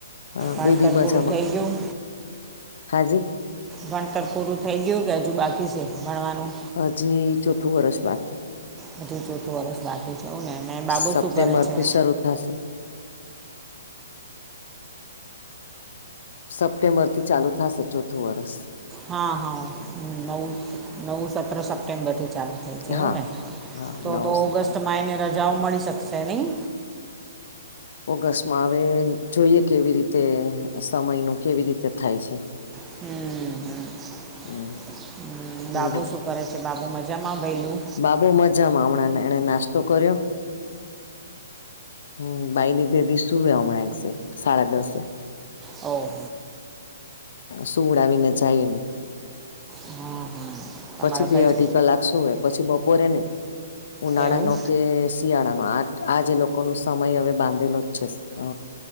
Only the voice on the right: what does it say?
ભણતર
પૂરું થઈ ગયું
ભણતર પૂરું થઈ ગયું કે હજુ બાકી છે ભણવાનું.
હજુ ચોથું વર્ષ બાકી છે એવું ને ને બાબો
શું કરે છે.
હા હા નવું નવું સત્ર સપ્ટેમ્બરથી ચાલે. થશે
એવું ને
તો
તો
ઓગસ્ટમાં એને રજાઓ મળી શકશે નહીં.
હમ હમ.
હમ બાબો
શું કરે છે બાબો મજામાં ભઈલું.
ઓ.
હા હા તમારા
ભાઈ
એવું